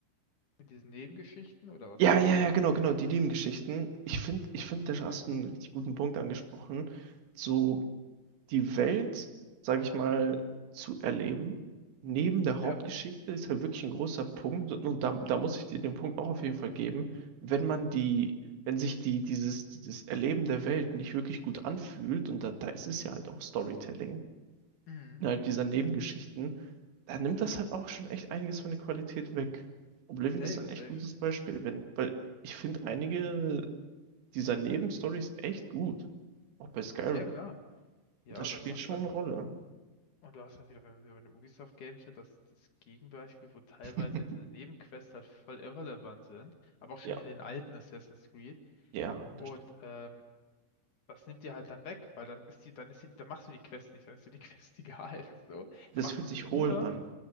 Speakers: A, on the left; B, on the right.
A: Mit diesen Nebengeschichten oder was
B: ja,
A: meinst
B: ja,
A: du?
B: ja, genau, genau, die Nebengeschichten. Ich finde, ich finde, da hast du einen richtig guten Punkt angesprochen. So, die Welt, sage ich mal, zu erleben, neben der
A: Ja.
B: Hauptgeschichte, ist halt wirklich ein großer Punkt. Und da, da muss ich dir den Punkt auch auf jeden Fall geben, wenn man die, wenn sich die, dieses, dieses Erleben der Welt nicht wirklich gut anfühlt, und da, da ist es ja halt auch Storytelling,
A: Mhm.
B: innerhalb dieser Nebengeschichten, da nimmt das halt auch schon echt einiges von der Qualität weg. Oblivion
A: Safe,
B: ist ein
A: safe.
B: echt gutes Beispiel, wenn, weil ich finde einige dieser Nebenstories echt gut, auch bei Skyrim.
A: Ja, klar. Ja,
B: Das
A: oder
B: spielt
A: du hast
B: schon
A: halt
B: eine Rolle.
A: das. Und du hast halt wieder, wenn wir bei den Ubisoft Games sind, das, das Gegenbeispiel, wo teilweise
B: <laughs>
A: diese Nebenquests halt voll irrelevant sind, aber auch schon
B: Ja,
A: in den alten Assassin's Creed.
B: Ja, das
A: Und
B: stimmt.
A: ähm, das nimmt dir halt dann weg, weil dann ist die, dann ist die, dann machst du die Quest nicht, dann ist dir die <laughs> Quest egal. So. Dann
B: Das
A: machst
B: fühlt
A: du sie
B: sich
A: nur,
B: hohl an.